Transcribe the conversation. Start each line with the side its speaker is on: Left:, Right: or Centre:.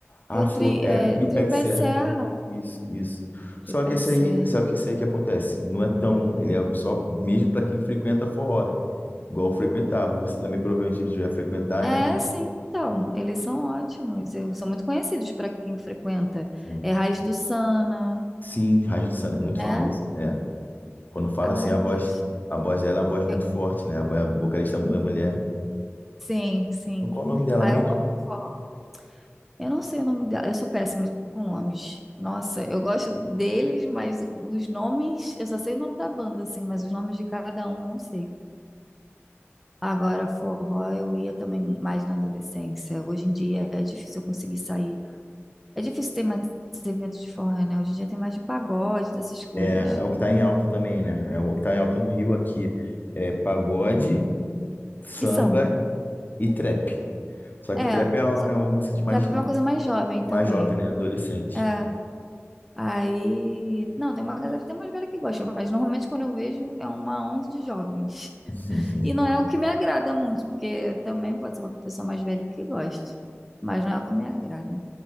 Left: Ah,
Centre: Foi
Left: foi...
Centre: tri,
Left: É,
Centre: é,
Left: Trio
Centre: Tripé
Left: Pé de Serra.
Centre: de Serra,
Left: Isso, isso.
Centre: Tripé
Left: Só que esse
Centre: de Serra.
Left: aí, só que esse aí que acontece, não é tão... Ele é só mesmo para quem frequenta forró, igual eu frequentava. Você também provavelmente devia frequentar,
Centre: É,
Left: né?
Centre: sim, então, eles são ótimos. Eu são muito conhecidos para quem frequenta.
Left: Sim,
Centre: É Raiz do Sana,
Left: Sim, Raiz do Samba é muito
Centre: né?
Left: famoso. É, quando fala
Centre: Ai,
Left: assim, a voz...
Centre: gente.
Left: A voz dela é uma voz muito
Centre: Eu,
Left: forte, né? A vo- a vocalista é mulher.
Centre: sim, sim.
Left: Qual o nome dela
Centre: Ah,
Left: mesmo?
Centre: eu amo forró. Eu não sei o nome dela. Eu sou péssima com nomes. Nossa, eu gosto deles, mas os nomes, eu só sei o nome da banda, assim, mas os nomes de cada um eu não sei. Agora, forró, eu ia também mais na adolescência. Hoje em dia é difícil eu conseguir sair. É difícil ter mais eventos de forró, né? Hoje em dia tem mais de pagode, dessas coisas.
Left: É, é o que tá em alta também, né? É o que tá em alta no Rio aqui. É pagode, samba
Centre: E samba.
Left: e trap. Só que
Centre: É,
Left: trap é uma,
Centre: só-
Left: é uma música de mais,
Centre: já tem uma coisa mais jovem
Left: mais
Centre: também.
Left: jovem, né? Adolescente.
Centre: É, aí. Não, tem uma galera até mais velha que gosta, mas normalmente quando eu vejo é uma onda de jovens.
Left: <laughs>
Centre: E não é o que me agrada muito, porque também pode ser uma pessoa mais velha que goste, mas não é o que me agrada.